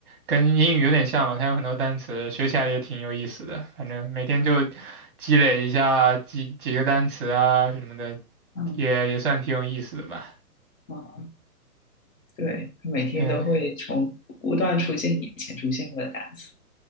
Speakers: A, on the right; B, on the left.
A: 跟英语有点像嘛，它有很多单词，学起来也挺有意思的。反正每天就积累一下几几个单词啊什么的，
B: 嗯
A: 也也算挺有意思的吧。
B: 嗯对，他每天都会从不断出现以前出现过的单词。
A: 对，